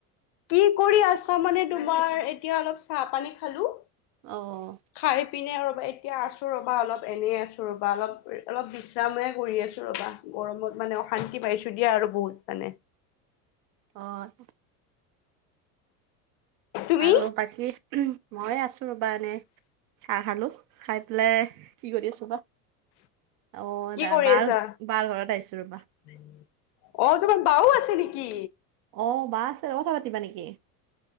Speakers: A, on the left (about 55°); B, on the right (about 45°).
A: কি কৰি আছা মানে তোমাৰ এতিয়া অলপ চাহ পানী খালো, -
B: অঁ'
A: খাই পিনে ৰ'বা এতিয়া আছোঁ ৰ'বা অলপ এনেই আছোঁ ৰ'বা অলপ অলপ বিশ্ৰামহে কৰি আছো ৰ'বা। গৰমত মানে অশান্তি পাইছো দিয়া আৰু বহুত মানে।
B: অঁ'
A: তুমি
B: আৰু বাকী মই আছো ৰবা এনেই। চাহ খালোঁ, খাই পেলাই কি কৰি আছো বা? অঁ
A: কি
B: দা
A: কৰি
B: বাৰ
A: আছা
B: বাৰ ঘৰত আহিছো ৰবা।
A: <unintelligible> অঁ' তোমাৰ বাও আছে নেকি?
B: অঁ বা আছে ত কথা পাতিবা নেকি?